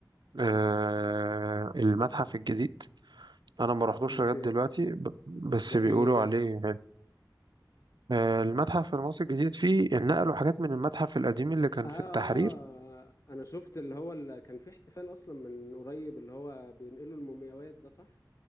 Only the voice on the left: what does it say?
ده
في
ده
في ايه ده
آه,
اه
انا شفت اللي هو اللي كان في احتفال اصلا من قريب اللي هو بينقلوا المومياوات ده صح